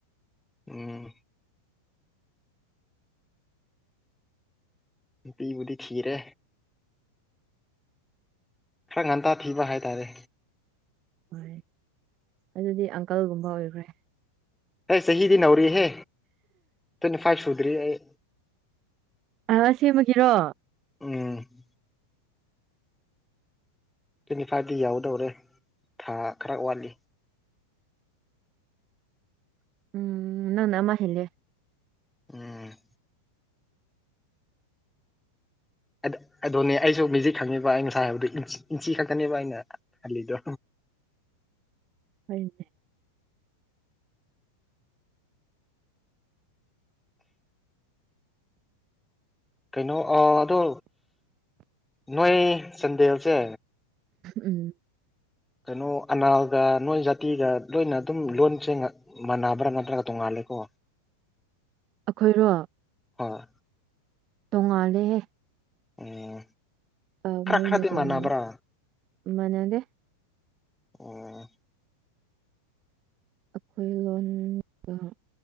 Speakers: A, in the centre; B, on the right.
A: ꯎꯝ ꯅꯨꯄꯤꯕꯨꯗꯤ ꯊꯤꯔꯦ ꯈꯔ ꯉꯟꯇꯥ ꯊꯤꯕ ꯍꯥꯏꯇꯥꯔꯦ
B: ꯐꯦ ꯑꯗꯨꯗꯤ ꯑꯪꯀꯜꯒꯨꯝꯕ ꯑꯣꯏꯈ꯭ꯔꯦ
A: ꯑꯩ ꯆꯍꯤꯗꯤ ꯅꯧꯔꯤꯍꯦ ꯇ꯭ꯋꯦꯟꯇꯤ ꯐꯥꯏꯚ ꯁꯨꯗ꯭ꯔꯤ ꯑꯩ
B: ꯑ ꯁꯦꯝꯃꯒꯦꯔꯣ
A: ꯎꯝ ꯇ꯭ꯋꯦꯟꯇꯤ ꯐꯥꯏꯚꯇꯤ ꯌꯥꯎꯗꯧꯔꯦ ꯊꯥ ꯈꯔ ꯋꯥꯠꯂꯤ
B: ꯎꯝ ꯅꯪ ꯅꯃ ꯍꯂꯦ
A: ꯎꯝ ꯑꯗꯨ ꯑꯗꯨꯅꯦ ꯑꯩꯁꯨ ꯃꯤꯖꯤ ꯈꯪꯉꯦꯕ ꯑꯩ ꯉꯁꯥꯏ ꯍꯥꯏꯕꯗꯣ ꯏꯟꯆꯤ ꯏꯟꯆꯤ ꯈꯛꯇꯅꯦꯕ ꯑꯩꯅ ꯍꯜꯂꯤꯗꯣ
B: ꯍꯗꯤ
A: ꯀꯩꯅꯣ ꯑꯗꯣ ꯅꯣꯏ ꯆꯥꯟꯗꯦꯜꯁꯦ
B: ꯎꯝ
A: ꯀꯩꯅꯣ ꯑꯅꯥꯜꯒ ꯅꯣꯏ ꯖꯥꯇꯤꯒ ꯂꯣꯏꯅ ꯑꯗꯨꯝ ꯂꯣꯟꯁꯦꯡꯅ ꯃꯥꯅꯥꯕ꯭ꯔꯥ ꯅꯠꯇ꯭ꯔꯒ ꯇꯣꯡꯉꯥꯜꯂꯦꯀꯣ
B: ꯑꯩꯈꯣꯏꯔꯣ
A: ꯍꯣꯏ
B: ꯇꯣꯡꯉꯥꯜꯂꯦꯍꯦ
A: ꯎꯝ
B: ꯑ,
A: ꯈ꯭ꯔꯥ
B: ꯃꯣꯏꯅ
A: ꯈ꯭ꯔꯥꯗꯤ
B: ꯇꯣꯡꯉꯥꯟ
A: ꯃꯥꯟꯕ꯭ꯔꯥ
B: ꯃꯥꯟꯅꯗꯦ
A: ꯎꯝ
B: <inaudible>